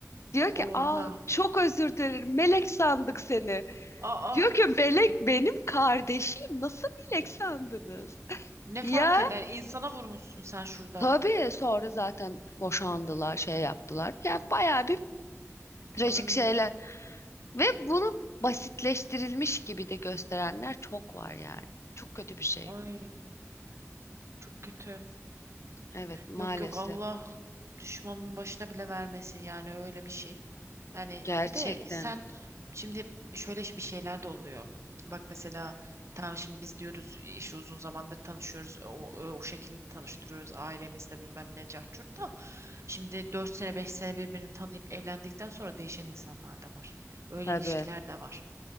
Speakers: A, on the left; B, on the right.
A: Diyor ki
B: Oha.
A: aa çok özür dilerim melek sandık seni.
B: Aa,
A: Diyor ki melek benim kardeşim nasıl melek sandınız?
B: ne
A: Ya
B: fark eder? İnsana vurmuşsun sen şurada.
A: tabii sonra zaten boşandılar şey yaptılar. Yani bayağı bir trajik
B: Ay,
A: şeyler ve bunu basitleştirilmiş gibi de gösterenler çok var yani. Çok kötü bir şey.
B: ay çok kötü.
A: Evet maalesef
B: Yok yok Allah düşmanın başına bile vermesin yani öyle bir şey. Yani
A: gerçekten
B: bir de sen şimdi şöyle bir şeyler de oluyor. Bak mesela tamam şimdi biz diyoruz işte uzun zamandır tanışıyoruz. O, o, o şekilde tanıştırıyoruz ailemizle bilmem ne cahçurt da. Şimdi 4 sene 5 sene birbirini tanıyıp evlendikten sonra değişen insanlar da var. Öyle
A: tabii
B: ilişkiler de var.